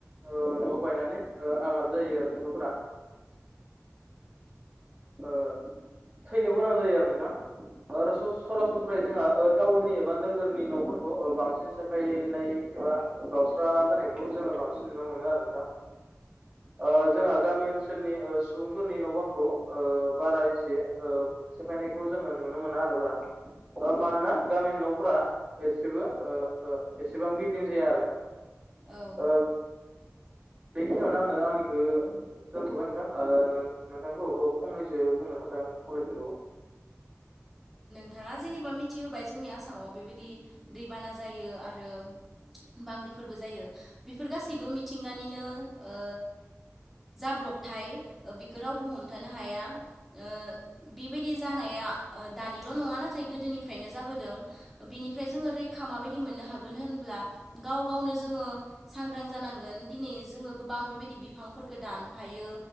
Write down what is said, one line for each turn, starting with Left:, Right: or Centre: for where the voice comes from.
Right: ओ न' बायनानै आघाद जायो आरो खायफाफोरा ओ थैनोबो गोनां जायो आरो नोंथां आरो सरासनस्रायै जोंहा ओ टाउननि एबा नोगोरनि न'फोरखौ बांसिन सेफायनाय एबा गावस्रा होनायखौ जोङो बांसि नुनो मोनो आरो नोंथां ओ जोंहा गामि ओन सोलनि ओ सुबुंफोरनि न' बांखौ ओ बारा एसे ओ सेफायनायखौ जोङो नुनो मोना। बार बारा। ओ मानोना गामिनि न'फ्रा एसेबो ओ ओ एसेबां बिल्डिं जाया आरो।
Centre: औ।
Right: ओ बेखिनियावनो आङो आंनिखो दोनथ'बाय नोंथां ओ नोंथांखौ फंनैसो बुंनो थाखाय आं खावलायफिनबावबाय।
Centre: नोंथाङा जेनेबा मिथिहोबाय जोंनि आसामाव बेबायदि दैबाना जायो आरो। बांग्रिफोरबो जायो बेफोर गासैबो मिथिंगानिनो ओ जाब्रबथाय बिखौ रावबो हमथानो हाया ओ बेबायदि जानाया ओ दानिल' नङा नाथाय गोदोनिफ्रायनो जाबोदों बेनिफ्राय जोङो रैखा माबायदि मोन नो हागोन होमब्ला गाव गावनो जोङो सांग्रां जानां गोन दिनै जोङो गोबां बेबायदि बिफांफोरखौ दानफायो